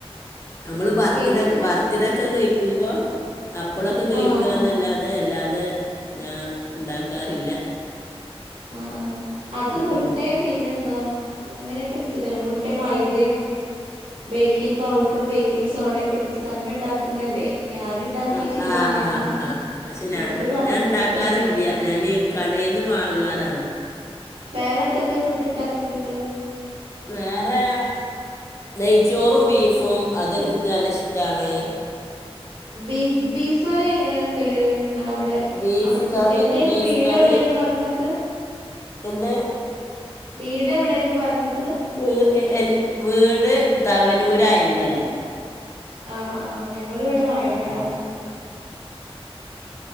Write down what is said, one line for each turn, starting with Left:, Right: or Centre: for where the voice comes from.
Left: നമ്മള് ഭർത്തി
Right: കേക്ക്
Left: ഭർത്തിട ഒക്കെ കഴ ിക്കുംബ അപ്പോളൊക്കെ കഴിക്കുകന്നല്ലാതെ
Right: ആഹ് ആഹ്
Left: അല്ലാത അത ഞാൻ ഉണ്ടാക്കാറില്ല
Right: ആഹ ആ അത്
Left: ഉം.
Right: മുട്ടയും പിന്നെ എന്താ അങ്ങനെയൊക്കെ എടുത്തിട്ടല്ലേ മുട്ടയും മൈദയും ബേക്കിംഗ് പൗഡറും ബേക്കിങ് സോഡ ഒക്കെ എടുത്തിട്ട് അങ്ങനെ ഉണ്ടാക്കുന്നല്ലേ ഞാൻ ഉണ്ടാക്കിയിട്ടില്ല
Left: ആ ആ
Right: ഞാനിങ്ങനെ
Left: ആഹ് ആ പക്ഷെ
Right: ഫ്രണ്ട്
Left: ഞാ
Right: പറഞ്ഞിട്ടുണ്ട്
Left: ഞാൻ ഉണ്ടാക്കാറില്ല
Right: ഉണ്ടാക്കണ്ട്
Left: ഞാാന് ക കടേന്ന് വാങ്ങാറാണ്
Right: വേറെ എന്തൊക്കെയ ഫുഡ് ഉണ്ടാക്കലുണ്ട്
Left: വേറെ നെയ്ച്ചോറും ബീഫും അത എനിക്ക് നല്ല ഇഷ്ടാണ്
Right: ബീഫ് ബീഫ് കറി എങ്ങനെയാ വെക്കല് നിങ്ങളവിടെ
Left: ബീഫ്
Right: അവിടുത്തെ
Left: കറി
Right: എവിടെയന്ന്
Left: ബീഫ്
Right: വീട്
Left: കറി
Right: എവിടെന്ന് പറഞ്ഞത്
Left: എന്ത്
Right: വീട് എവിടെന്ന് പറഞ്ഞത്
Left: ങ് ങ് എൻ വീട് തവനൂ പായങ്കലം
Right: ആഹ് ആഹ് ഞങ്ങള് ഇവിടെ വയനാടാ
Left: ആ